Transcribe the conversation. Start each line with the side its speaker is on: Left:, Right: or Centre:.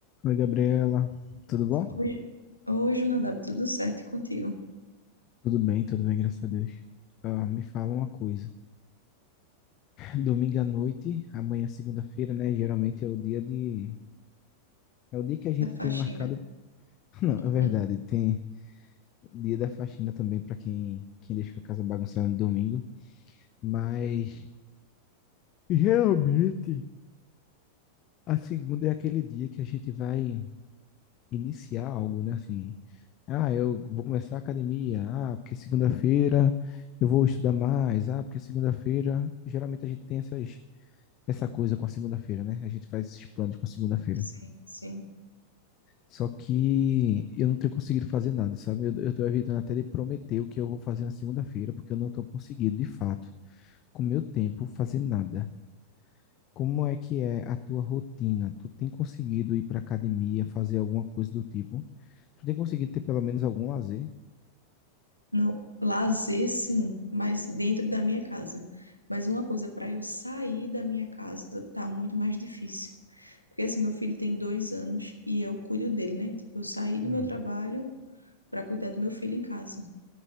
Left: Oi, Gabriela. Tudo bom?
Right: Hoje, hoje Nadab, tudo certo e contigo,
Left: Tudo bem, tudo bem, graças a Deus. Ah, me fala uma coisa. Domingo à noite, amanhã segunda-feira, né? Geralmente é o dia de. É o dia que a gente
Right: da faxina.
Left: tem marcado. <laughs> Não, é verdade.
Right: Hum.
Left: Tem dia da faxina também para quem, quem deixa a casa bagunçada no domingo. Mas geralmente a segunda é aquele dia que a gente vai. iniciar algo, né? Assim, ah, eu vou começar a academia, ah, porque segunda-feira eu vou estudar mais, ah, porque segunda-feira, geralmente a gente tem essas, essa coisa com a segunda-feira, né? A gente faz esses planos com a segunda-feira.
Right: Sim, sim.
Left: Só que eu não tenho conseguido fazer nada, sabe? Eu, eu tô evitando até de prometer o que eu vou fazer na segunda-feira, porque eu não tô conseguindo, de fato, com o meu tempo, fazer nada. Como é que é a tua rotina? Tu tem conseguido ir para academia, fazer alguma coisa do tipo? Tu tem conseguido ter pelo menos algum lazer?
Right: Não, lazer sim, mas dentro da minha casa. Mas uma coisa, para eu sair da minha casa tá muito mais difícil. Porque assim, meu filho tem dois anos e eu cuido dele, né? Tipo, eu saí do
Left: Hum,
Right: meu trabalho para cuidar do meu filho em casa.